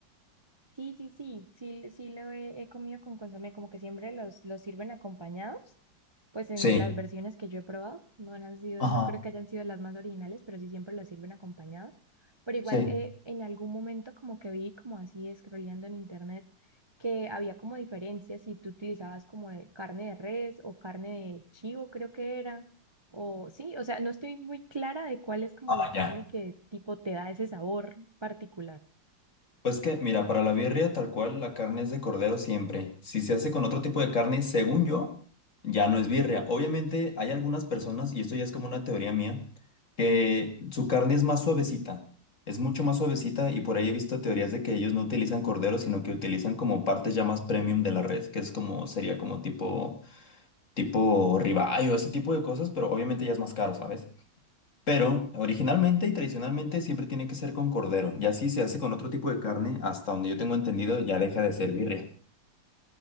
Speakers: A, on the right (about 30°); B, on the left (about 45°).
A: Sí, sí, sí, sí, sí lo he, he comido con consomé, como que siempre los, los sirven acompañados, pues en
B: Sí.
A: las versiones que yo he probado, no han sido,
B: Ajá,
A: no creo que hayan sido las más originales, pero sí siempre los sirven acompañados. Pero igual
B: sí.
A: eh, en algún momento como que vi como así scrolleando en internet que había como diferencias si tú utilizabas como de carne de res o carne de chivo, creo que era, o sí, o sea, no estoy muy clara de cuál es como
B: Ah,
A: la carne
B: ya.
A: que tipo te da ese sabor particular.
B: Pues que, mira, para la birria tal cual la carne es de cordero siempre. Si se hace con otro tipo de carne, según yo, ya no es birria. Obviamente hay algunas personas, y esto ya es como una teoría mía, que su carne es más suavecita, es mucho más suavecita y por ahí he visto teorías de que ellos no utilizan cordero, sino que utilizan como partes ya más premium de la red, que es como, sería como tipo, tipo ribeye o ese tipo de cosas, pero obviamente ya es más caro, ¿sabes? Pero originalmente y tradicionalmente siempre tiene que ser con cordero. Y así se hace con otro tipo de carne, hasta donde yo tengo entendido, ya deja de ser birria.